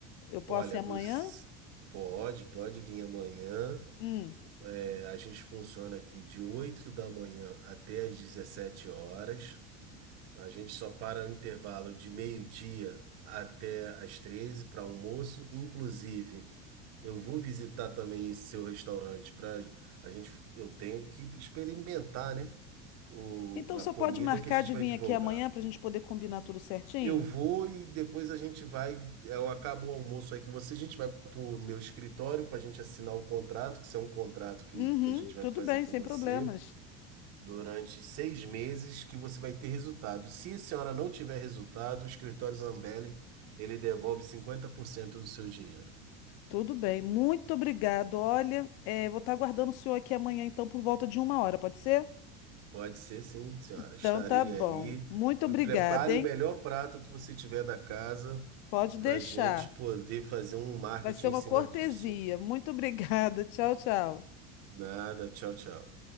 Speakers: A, on the left; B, on the right.
A: Eu posso
B: Olha,
A: ir amanhã?
B: você pode, pode vir amanhã.
A: Hum.
B: É, a gente funciona aqui de 8 da manhã até às 17 horas. A gente só para o intervalo de meio-dia até às 13 para almoço. Inclusive, eu vou visitar também esse seu restaurante para a gente. Eu tenho que experimentar, né? O,
A: Então
B: a
A: só
B: comida
A: pode marcar
B: que a gente
A: de
B: vai
A: vir
B: divulgar.
A: aqui amanhã para a gente poder combinar tudo certinho?
B: Eu vou e depois a gente vai. Eu acabo o almoço aí com você. A gente vai pro meu escritório para a gente assinar o contrato, que isso é um contrato que,
A: Uhum,
B: que a gente vai
A: tudo
B: fazer
A: bem,
B: com
A: sem
B: você
A: problemas.
B: durante seis meses, que você vai ter resultado. Se a senhora não tiver resultado, o escritório Zambelli, ele devolve 50% do seu dinheiro.
A: Tudo bem, muito obrigado. Olha, eh, vou estar aguardando o senhor aqui amanhã, então, por volta de uma hora, pode ser?
B: Pode ser sim, senhora.
A: Então
B: Estarei
A: tá bom.
B: aí.
A: Muito
B: Pre-
A: obrigada,
B: Prepare
A: hein?
B: o melhor prato que você tiver da casa
A: Pode deixar.
B: para a gente poder fazer um marketing
A: Vai ser uma
B: em cima
A: cortesia.
B: disso.
A: Muito obrigada. <laughs> Tchau, tchau.
B: Nada, tchau, tchau.